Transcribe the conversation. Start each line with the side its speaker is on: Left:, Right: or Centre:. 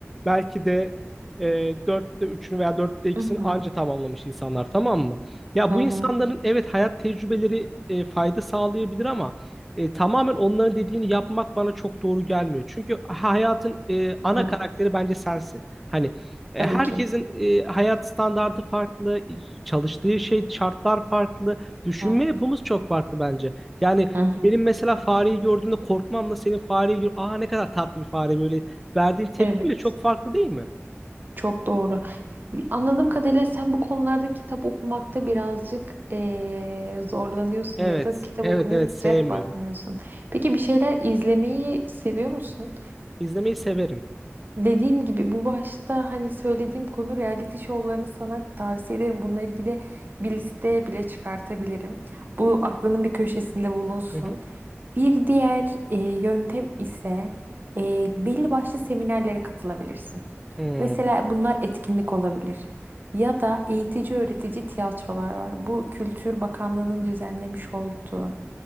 Centre: belki de e, 4'te 3'ünü veya dörtte ikisini
Right: Hı hı.
Centre: anca tamamlamış insanlar tamam mı? Ya
Right: Hı
Centre: bu
Right: hı.
Centre: insanların evet hayat tecrübeleri e, fayda sağlayabilir ama e, tamamen onların dediğini yapmak bana çok doğru gelmiyor. Çünkü hayatın e, ana
Right: Hı.
Centre: karakteri bence sensin. Hani e,
Right: Tabii
Centre: herkesin
Right: ki.
Centre: e, hayat standardı farklı, çalıştığı şey şartlar farklı, düşünme
Right: Hı
Centre: yapımız çok farklı bence. Yani
Right: hı. hı.
Centre: benim mesela fareyi gördüğümde korkmamla senin fareyi gör... Aa ne kadar tatlı bir fare böyle. Verdiğin tepki
Right: Evet.
Centre: bile çok farklı değil mi?
Right: Çok doğru. Anladığım kadarıyla sen bu konularda kitap okumakta birazcık eee, zorlanıyorsun
Centre: Evet.
Right: ya da kitap
Centre: Evet
Right: okumaya
Centre: evet
Right: sıcak
Centre: sevmiyorum.
Right: bakmıyorsun. Peki bir şeyler izlemeyi seviyor musun?
Centre: İzlemeyi severim.
Right: Dediğim gibi bu başta hani söylediğim konu reality şovlarını sana tavsiye ederim. Bununla ilgili bir liste bile çıkartabilirim. Bu aklının bir köşesinde bulunsun.
Centre: Hı hı.
Right: Bir diğer e, yöntem ise e, belli başlı seminerlere katılabilirsin.
Centre: Hmm.
Right: Mesela bunlar etkinlik olabilir. Ya da eğitici öğretici tiyatrolar var. Bu Kültür Bakanlığı'nın düzenlemiş olduğu.